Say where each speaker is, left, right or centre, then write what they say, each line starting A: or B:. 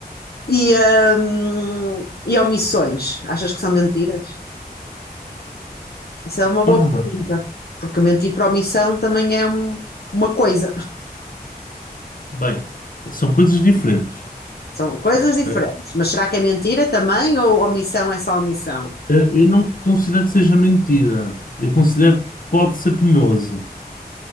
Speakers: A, on the left (about 75°); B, on the left (about 55°).
A: E, hum, e omissões, achas que são mentiras? Isso é uma boa
B: Ora
A: pergunta,
B: bem,
A: porque mentir por omissão também é um- uma coisa.
B: bem, são coisas diferentes.
A: São coisas
B: ok?
A: diferentes. Mas será que é mentira também ou omissão é só omissão?
B: Eh, Eu não considero que seja mentira, eu considero que pode ser penoso.